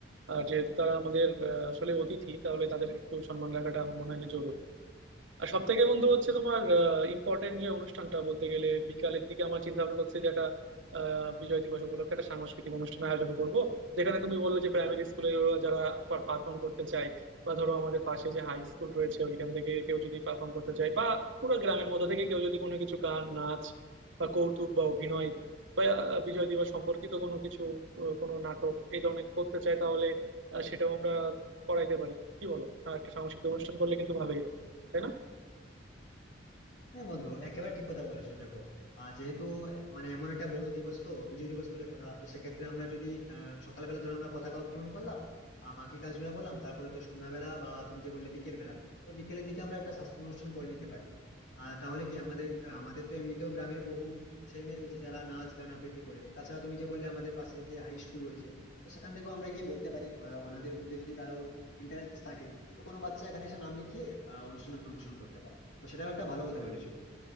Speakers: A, on the right; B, on the left.
A: আর যেহেতু তারা আমাদের আহ, আসলে অতিথি তাহলে তাদের একটু সম্মান রাখাটা আমার মনে হয় যে জরুরি আর সব থেকে বন্ধু হচ্ছে তোমার ইম্পর্টেন্ট যে অনুষ্ঠানটা বলতে গেলে বিকালের দিকে আমার চিন্তা ভাবনা করছে যে একটা আহ, বিজয় দিবস উপলক্ষে একটা সাংস্কৃতিক অনুষ্ঠান আয়োজন করব যেখানে তুমি বললে যে প্রাইমারি স্কুলে ওরা যারা পারফর্ম করতে চায় বা ধরো আমাদের পাশে যে হাই স্কুল রয়েছে ওইখান থেকে কেউ যদি পারফর্ম করতে চায় বা পুরো গ্রামের মধ্যে থেকে কেউ যদি কোনো কিছু গান নাচ বা কৌতুক বা অভিনয় বা আহ, বিজয় দিবস সম্পর্কিত কোনো কিছু আহ, কোনো নাটক এই ধরনের করতে চায় তাহলে আহ, সেটাও আমরা করাইতে পারি কি বলো আর একটা সাংস্কৃতিক অনুষ্ঠান করলে কিন্তু ভালোই হয় তাই না
B: হ্যাঁ বন্ধু একেবারে ঠিক কথা বলেছো দেখো আহ, যেহেতু আহ, মানে এমন একটা বড় দিবস তো বিজয় দিবস বলে কথা তো সেক্ষেত্রে আমরা যদি আহ, সকালবেলা ধরো আমরা পতাকা উত্তোলন করলাম আহ, বাকি কাজগুলো বললাম তারপরে তো সন্ধ্যাবেলা বা তুমি যে বললে বিকেল বেলা তো বিকেলের দিকে আমরা একটা সাংস্কৃতিক অনুষ্ঠান করে নিতে পারি আহ তাহলে কি আমাদের আহ, আমাদের তো এমনিতেও গ্রামের বহু ছেলে মেয়ে রয়েছে যারা নাচ গান আবৃত্তি করে তাছাড়া তুমি যে বললে আমাদের পাশে যে হাই স্কুল রয়েছে তো সেখান থেকেও আমরা গিয়ে বলতে পারি আহ, ওনাদের মধ্যে যদি কারোর ইন্টারেস্ট থাকে তো কোনো বাচ্চা এখানে এসে নাম লিখিয়ে আহ অনুষ্ঠানে অংশগ্রহণ করতে পারে তো সেটাও একটা ভালো কথা বলেছো তুমি